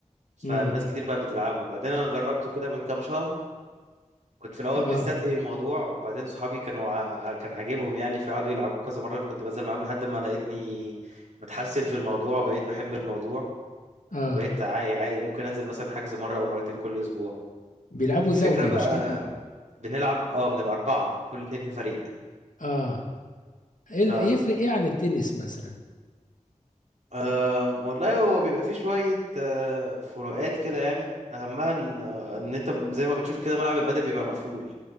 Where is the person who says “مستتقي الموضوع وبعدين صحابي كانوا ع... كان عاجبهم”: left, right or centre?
Right